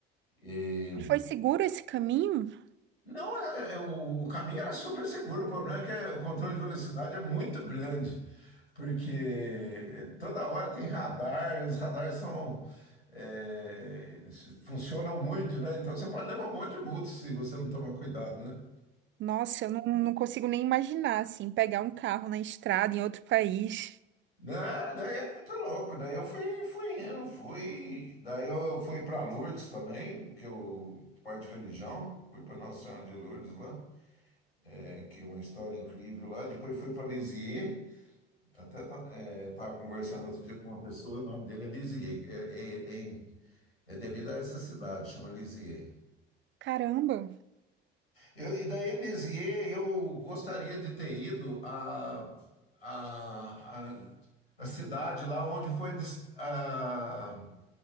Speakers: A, on the left; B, on the right.
A: E,
B: E foi seguro esse caminho?
A: não, é, é o, o caminho era super seguro, o problema é que é- o controle de velocidade é muito grande, porque é, toda hora tem radar, e os radares são, é, funcionam muito, né? Então você pode levar um monte de multa se você não tomar cuidado, né?
B: Nossa, eu não, não consigo nem imaginar, assim, pegar um carro na estrada em outro país.
A: Né? Daí é muito louco. Daí eu fui, fui indo, fui. Daí eu fui para Lourdes também, porque eu, parte de religião, fui para Nossa Senhora de Lourdes lá, é, que é uma história incrível lá. Depois fui para Lisieux, até estava conversando outro dia com uma pessoa, o nome dele é Lisieux, é, é, é, em- é devido a essa cidade, chama Lisieux.
B: Caramba.
A: Eu, e daí Lisieux, eu gostaria de ter ido a, a, a, a cidade lá onde foi. des- A,